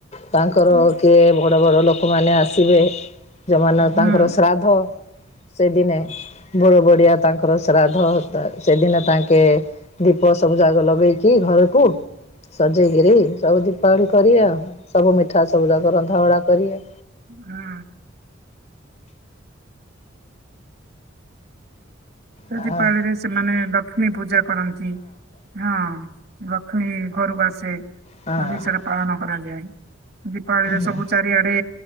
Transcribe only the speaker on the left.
ତାଙ୍କର
କିଏ ବଡ଼ ବଡ଼ ଲୋକମାନେ ଆସିବେ। ଯେଉଁମାନେ
ତାଙ୍କର ଶ୍ରାଦ୍ଧ ସେଦିନେ। ବଡ ବଡିଆ ତାଙ୍କର ଶ୍ରାଦ୍ଧ ସେଦିନେ ତାଙ୍କେ ଦୀପ ସବୁ ଜାଗ ଲଗ ଲଗେଇକି ଘରକୁ ସଜେଇକିରି ସବୁ ଦୀପାବଳି କରିବେ ଆଉ। ସବୁ ମିଠା ସବୁ ଯାକ ରନ୍ଧାବଡ଼ା କରିଏ।
ହଁ
ହଁ
ହଁ।